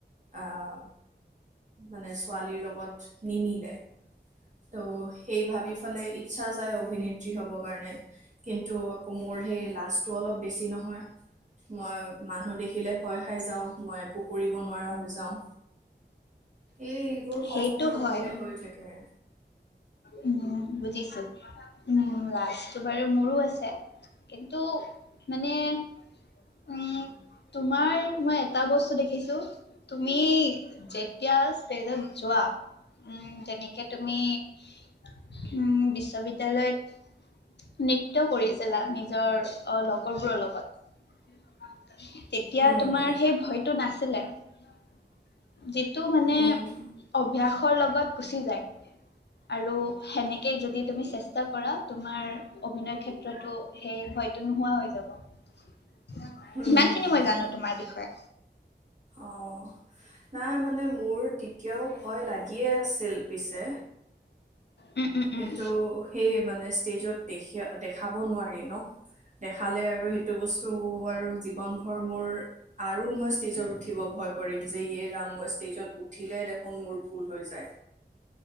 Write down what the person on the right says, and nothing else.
আহ মানে ছোৱালীৰ লগত নিমিলে ত' সেই ভাবি ফালেই ইচ্ছা যায় অভিনেত্ৰী হ'ব কাৰণে কিন্তু আকৌ মোৰ। সেই লাজটো অলপ বেছি নহয় মই মানুহ দেখিলে। ভয় খাই যাওঁ। মই একো কৰিব নোৱাৰা হৈ যাও এই এইবোৰ সপোন
সপোনে
হৈ থাকে।
হুম
মোৰ-
হুম
হুম
অঁ নাই মানে মোৰ, তেতিয়াও ভয় লাগিয়ে আছিল। পিছে।
কিন্তু
সেই মানে ষ্টেজত দেখি দেখাব নোৱাৰি ন দেখালে আৰু এইটো বস্তু আৰু জীৱন ভৰ মোৰ আৰু মই ষ্টেজত উঠিব ভয় কৰিম যে ইয়ে ৰাম মই ষ্টেজত উঠিলে দেখোন মোৰ ভুল হৈ যায়